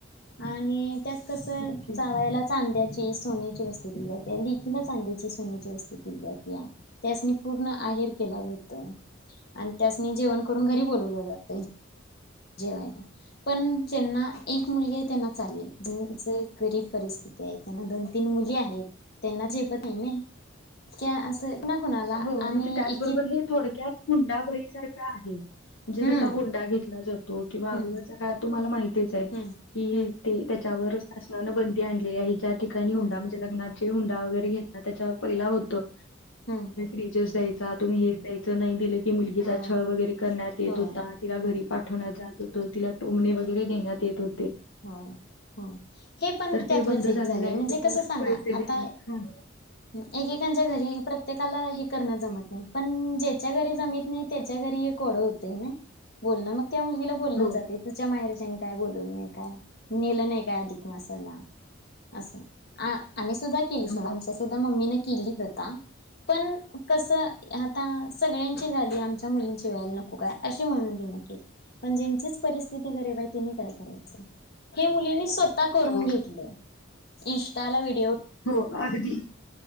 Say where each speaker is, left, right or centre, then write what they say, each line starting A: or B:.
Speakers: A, on the left (about 50°); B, on the left (about 75°).
A: आणि त्यात कस,
B: ओके.
A: जावायाला चांद्याचं सोन्याची वस्तू केली जात्या, लेकीला चांद्याची, सोन्याची वस्तू केली जात्या. त्यासनी पूर्ण आहेर केल्या जातंय आणि त्यासनी जेवण करून घरी बोलवलं जातयं. जेवायाला पण जेंना एक मुलगी आहे त्यांना चालेल, ज जे गरीब परिस्थिती आहे, त्यांना दोन, तीन मुली आहेत त्यांना झेपत नाहीये त्या ना कुणाला
B: हो,
A: आणि
B: म्हणजे त्याचबरोबर
A: एकी
B: हे थोडक्यात हुंडाबळीसारखं आहे. जे
A: हम्म
B: जसा हुंडा घेतला जातो किंवा
A: हम्म
B: अगोदरच्या कळत तुम्हाला तेच आहे
A: हम्म
B: की
A: हम्म
B: त्याच्यावर शासनाने बंदी आणली आहे. ज्या ठिकाणी हुंडा
A: हम्म
B: म्हणजे लग्नात हुंडा वगैरे घेतला त्याच्यावर पहिला होतो
A: हम.
B: फ्रीझच द्यायचा, तुम्ही हेचं द्यायचं, नाही दिलं की की मुलगीचा
A: होय
B: छळ वगैरे करण्यात येत
A: होय
B: होता, तिला घरी
A: होय
B: पाठवण्यात जात तो तिला टोमणे वगैरे देण्यात येत हो
A: होय हो, हे पण
B: तर
A: त्यातलंच
B: ते बंद झालेले
A: एक झालंय,
B: आहे
A: म्हणजे
B: त्याच्यावर
A: कसं सांगा?
B: पैसे
A: आता
B: देण्यात हां.
A: ह एकेकांच्या घरी प्र प्रत्येकाला हे करणं जमत नाही, पण ज्याच्या घरी जमत नाही त्याच्या घरी एक कोडं होतंय ना. बोलण मग त्या मुलगीला बोल लं
B: हो
A: जातंय, तिच्या माहेरच्यांनी काय बोलवलं नाही. काय, नेलं नाही काय अधिक मासाला, असं आ आम्ही सुद्धा केली सोड,
B: हो
A: आमच्या सुद्धा मम्मीनं केली प्रथा, पण कसं, आता सगळ्यांची झाली, आमच्या मुलींची वेळेला नको काय, अशी म्हणून तिनं केली. पण ज्यांचीच परिस्थिती गरीब आहे तेनी काय करायचं? हे मुलीनी स्वतः करून
B: हो
A: घेतलं, इन्स्टाला विट
B: हो अगदी,